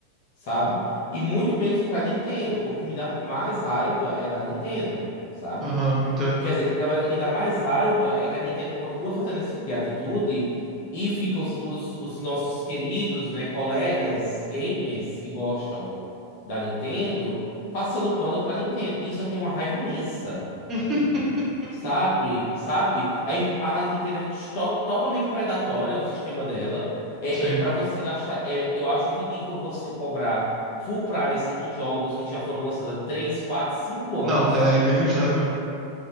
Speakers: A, on the left; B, on the right.
A: sabe? E muito menos pra Nintendo. O que me dá mais raiva é da Nintendo, sabe?
B: Aham, entendo.
A: Quer dizer, na verdade, o que dá mais raiva é que a Nintendo continua fazendo esse tipo de atitude e fica os, os, os nossos queridos, né, colegas gamers que gostam da Nintendo passando pano pra Nintendo. Isso eu tenho uma raiva imensa,
B: <laughs>
A: sabe? Sabe? Aí a Nintendo é to- totalmente predatória, o sistema dela. É,
B: Sim.
A: é para você gastar. é, eu acho ridículo você cobrar full price em jogos que já foram lançados há 3, 4, 5 anos,
B: Não, é inacreditável mesmo.